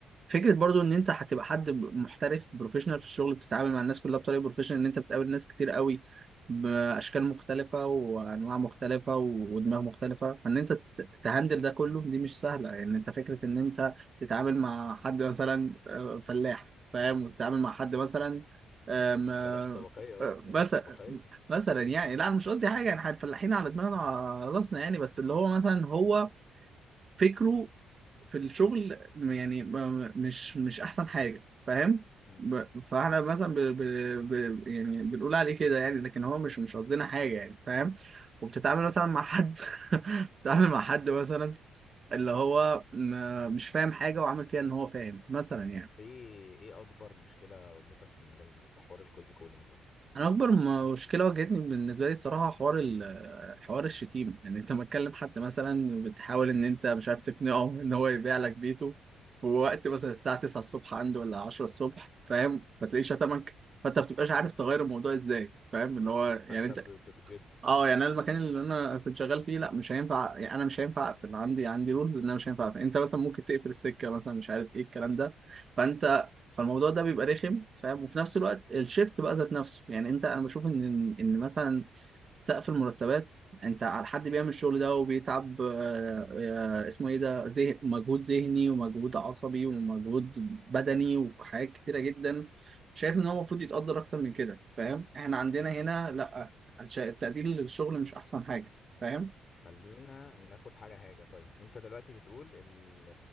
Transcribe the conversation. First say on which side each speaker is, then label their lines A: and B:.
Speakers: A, on the right (about 40°); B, on the left (about 40°).
A: فكره برضو ان انت هتبقى حد ب- محترف بروفيشنال في الشغل بتتعامل مع الناس كلها بطريقه بروفيشنال ان انت بتقابل ناس كتير قوي باشكال مختلفه وانواع مختلفه و- ودماغ مختلفه فان انت ت- تهندل
B: مم.
A: ده كله دي مش سهله يعني انت فكره ان انت تتعامل مع حد مثلا آه، فلاح فاهم وتتعامل مع حد مثلا آم، آه،
B: بلاش طبقية بقى
A: آه،
B: بلاش
A: مثلا
B: طبقية
A: مثلا يعني لا انا مش قصدي حاجه يعني احنا الفلاحين على دماغنا وعلى راسنا يعني بس اللي هو مثلا هو فكره في الشغل م- يعني م- م- مش مش احسن حاجه فاهم
B: مم.
A: ب- فاحنا مثلا ب... ب... ب... يعني بنقول عليه كده يعني لكن هو مش مش قصدنا حاجه يعني فاهم وبتتعامل مثلا مع حد <laughs> بتتعامل مع حد مثلا اللي هو م... مش فاهم حاجه وعامل فيها ان هو فاهم مثلا يعني
B: ايه ايه اكبر مشكلة واجهتك في المجال ده في حوار الكولد كولينج ده
A: انا اكبر
B: ايه
A: مشكله واجهتني بالنسبه لي الصراحه حوار ال- حوار الشتيمه يعني انت متكلم حد مثلا بتحاول ان انت مش عارف تقنعه ان هو يبيع لك بيته في وقت مثلا الساعه 9 الصبح عنده ولا 10 الصبح فاهم فتلاقيه شتمك فانت ما بتبقاش عارف تغير الموضوع ازاي فاهم اللي هو يعني
B: فانت ب- بتجد
A: اه يعني انا المكان اللي انا كنت شغال فيه لا مش هينفع يعني انا مش هينفع اقفل عندي عندي رولز ان انا مش هينفع اقفل انت مثلا ممكن تقفل السكه مثلا مش عارف ايه الكلام
B: حصل
A: ده فانت فالموضوع ده بيبقى رخم فاهم وفي نفس الوقت الشيفت بقى ذات نفسه يعني انت انا بشوف ان ان مثلا سقف المرتبات انت على حد بيعمل الشغل ده وبيتعب آه، آه، اسمه ايه ده ذه مجهود ذهني ومجهود عصبي ومجهود بدني وحاجات كتيره جدا شايف ان هو المفروض يتقدر اكتر من كده فاهم احنا عندنا هنا
B: ماشي
A: لا عشان التقدير للشغل مش احسن حاجه فاهم
B: خلينا ناخد حاجة حاجة طيب انت دلوقتي بتقول ال-